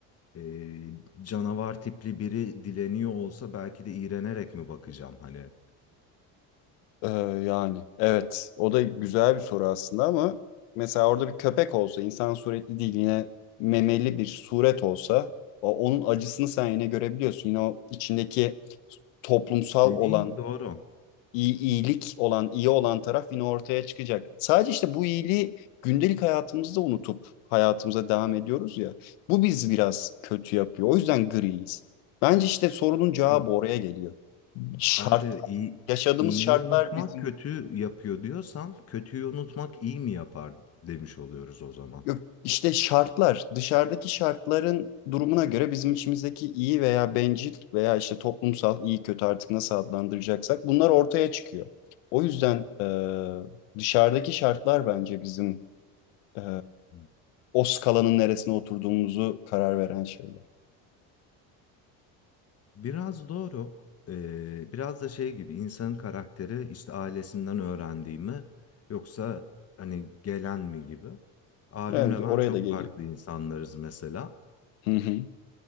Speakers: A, on the left; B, on the left.
A: e, canavar tipli biri dileniyor olsa belki de iğrenerek mi bakacağım hani?
B: Ee, yani evet o da güzel bir soru aslında ama mesela orada bir köpek olsa insan suretli değil yine memeli bir suret olsa o- onun acısını sen yine görebiliyorsun. Yine o içindeki toplumsal
A: Dediğin
B: olan
A: doğru.
B: iyi, iyilik olan, iyi olan taraf yine ortaya çıkacak. Sadece işte bu iyiliği gündelik hayatımızda unutup hayatımıza devam ediyoruz ya. Bu bizi biraz kötü yapıyor. O yüzden griyiz. Bence işte sorunun cevabı
A: Hı.
B: oraya geliyor. Şart,
A: Abi iyi,
B: yaşadığımız
A: iyiyi
B: şartlar
A: unutmak
B: bizim
A: kötü yapıyor diyorsan kötüyü unutmak iyi mi yapar demiş oluyoruz o zaman.
B: yok, işte şartlar, dışarıdaki şartların durumuna göre bizim içimizdeki iyi veya bencil veya işte toplumsal iyi kötü artık nasıl adlandıracaksak bunlar ortaya çıkıyor. O yüzden eee, dışarıdaki şartlar bence bizim e,
A: Hı.
B: o skalanın neresine oturduğumuzu karar veren şeyler.
A: Biraz doğru. Ee, biraz da şey gibi insanın karakteri işte ailesinden öğrendiği mi yoksa hani gelen mi gibi. Abimle
B: Evet, oraya
A: ben çok
B: da geliyor.
A: farklı insanlarız mesela.
B: Hı hı.